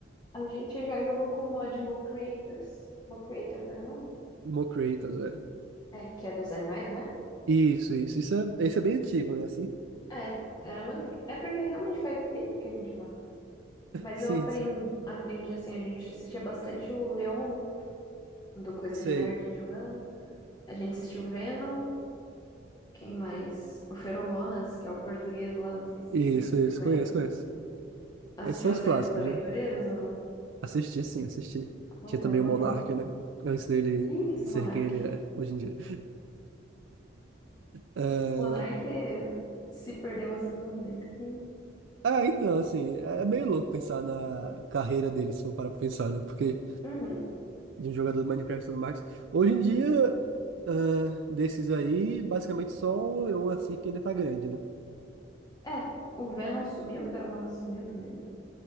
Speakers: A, on the left; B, on the right.
A: A gente já jogou com o mod Mo Creators. Mo Creators era o nome?
B: Mocreators, é.
A: É, que é dos animais, né?
B: Isso, isso. Isso é, esse é bem antigo,
A: Isso.
B: né? Assim?
A: É, era maneiro. É porque realmente faz tempo que a gente não joga. Mas
B: Sim,
A: eu aprendi,
B: sim.
A: aprendi assim, a gente assistia bastante o Leon do Coisa
B: Sei.
A: de Nerd jogando. A gente assistiu o Venom. Quem mais? O Feromonas, que é o português lá, não sei se,
B: Isso,
A: se
B: isso.
A: tu conhece.
B: Conheço, conheço.
A: Assistiu
B: Esses são
A: a
B: os
A: série
B: clássicos,
A: dos Aventureiros
B: né?
A: ou não?
B: Assisti, sim, assisti.
A: Oh,
B: Tinha também
A: era bom
B: o Monark,
A: demais.
B: né? Antes dele
A: Ih, Isso,
B: ser
A: Monark.
B: quem ele é hoje em dia. Ah,
A: O Monark eh, se perdeu assim de um jeito que.
B: ah, então, assim, é meio louco pensar na carreira dele, se for parar pra pensar, né? Porque
A: Uhum.
B: de um jogador de Minecraft e tudo mais. Hoje em dia, ah, desses aí, basicamente só o Leon assim que ainda tá grande, né?
A: É, o Venom sumiu, o Feromonas sumiu também.